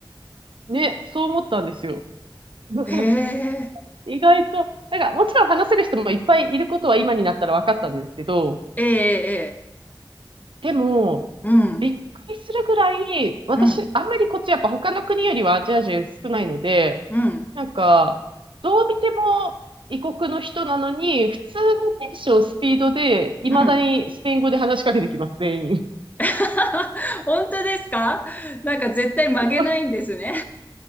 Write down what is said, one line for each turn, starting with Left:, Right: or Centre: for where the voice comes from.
Right: <laughs> ね、そう思ったんですよ。<laughs>
Left: ええ、
Right: 意外と、なんかもちろん話せる人もいっぱいいることは今になったら分かったんですけど、
Left: ええ、ええ。
Right: でも、
Left: うん、
Right: びっくりするぐらい、私、
Left: うん、
Right: あんまりこっちやっぱ他の国よりはアジア人少ないので、
Left: うん、
Right: なんか、どう見ても異国の人なのに、普通のテンション、スピードで、いまだにスペイン語で話しかけてきます、
Left: うん。
Right: 全員。
Left: <laughs> 本当ですかなんか絶対曲げないんですね。
Right: そう